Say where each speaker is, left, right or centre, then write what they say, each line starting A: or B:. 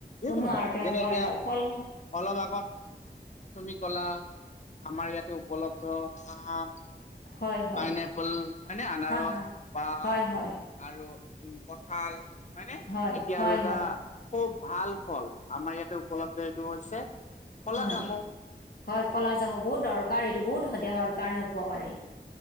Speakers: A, on the left; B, on the left.
A: যিকোনো
B: কোনো
A: ধৰণৰ
B: আৰতে
A: যেনে
B: হয়,
A: এতিয়া
B: হয়, ফল মূল
A: অলপ আগতম কলা আমাৰ ইয়াতে উপলব্ধ আম।
B: হয়, হয়,
A: পাইনাএপল মানে আনাৰস
B: হা, হা,
A: বা
B: হয়, হয়,
A: আৰু কঁঠাল। হয়নে এতিয়া
B: হয়, হয়,
A: আৰু এটা
B: হয়,
A: খুব ভাল ফল আমাৰ ইয়াতে উপলব্ধ এইটো হৈছে কলা
B: হয়,
A: জামু
B: হয় ক'লাাজামুক বহুত দৰকাৰ এইটো বহুত দেহৰ কাৰণে উপকাৰী।